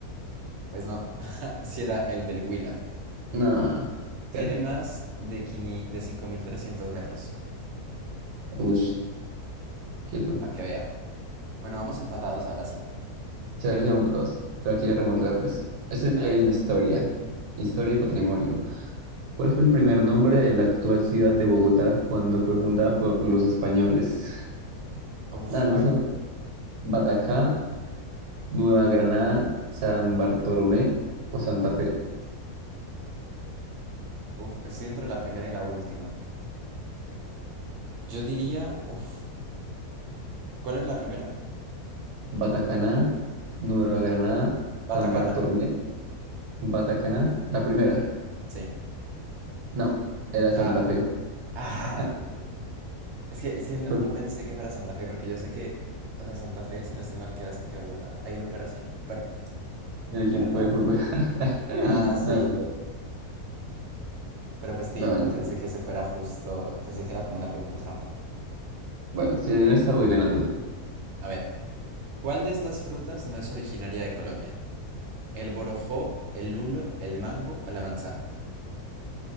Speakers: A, on the right; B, on the right.
A: Pues no, <laughs> si era el del Huila.
B: No,
A: Tiene
B: quieto.
A: más de, quini- de 5.300 metros,
B: Ush, quieto.
A: para que vea. Bueno, vamos empatados ahora sí.
B: Se los llaman patados. Pero aquí remontada, pues. Esto
A: A
B: ya
A: ver.
B: es de historia. Historia y patrimonio. ¿Cuál fue el primer nombre de la actual ciudad de Bogotá cuando fue fundada por los españoles?
A: Uf,
B: Ah, no
A: a ver.
B: son Batacá, Nueva Granada, San Bartolomé o Santa Fe.
A: Uf, estoy entre la primera y la última. Yo diría, uf, ¿cuál es la primera?
B: Batacaná, Nueva Granada,
A: Batacaná,
B: San Bartolomé, Batacaná, la primera.
A: sí.
B: No, era Santa
A: Ah,
B: Fe.
A: <laughs>
B: <laughs>
A: ah. Es que, es que no,
B: Fue
A: no pensé que fuera Santa Fe, porque yo sé que, o sea, Santa Fe, si no estoy mal, queda cerca de Bogotá. ¿Hay un lugar así? Bueno,
B: El equipo
A: pero nada.
B: de fútbol. <laughs>
A: Ah, sí. Pero Pestín,
B: No, no,
A: no
B: listo.
A: pensé que ese fuera justo. Pensé que era como una pregunta trampa.
B: Bueno, si no está, voy ganando.
A: A ver, ¿cuál de estas frutas no es originaria de Colombia? ¿El borojó, el lulo, el mango o la manzana?